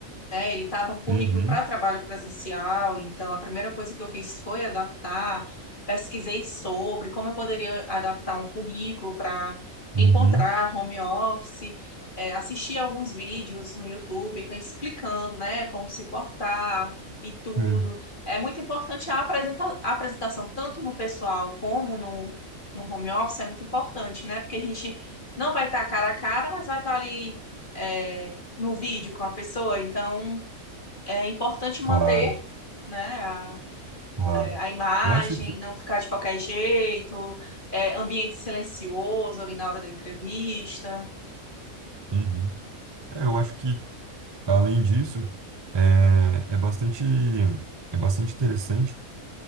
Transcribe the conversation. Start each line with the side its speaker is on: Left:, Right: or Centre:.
Left: né? Ele estava um currículo
Right: Uhum,
Left: para trabalho presencial, então a primeira coisa que eu fiz foi adaptar, pesquisei sobre como eu poderia adaptar um currículo para encontrar
Right: uhum.
Left: home office, eh, assisti alguns vídeos no YouTube que- explicando, né, como se portar e tudo.
Right: Hum.
Left: É muito importante a apresenta- a apresentação, tanto no pessoal como no, no home office, é muito importante, né? Porque a gente não vai estar cara a cara, mas vai estar ali. é, no vídeo com a pessoa. Então, é importante manter,
Right: Claro.
Left: né, a,
Right: Claro.
Left: é, a imagem,
Right: Eu acho que.
Left: não ficar de qualquer jeito, é, ambiente silencioso ali na hora da entrevista.
Right: Uhum. É, eu acho que, além disso, é, é bastante, é bastante interessante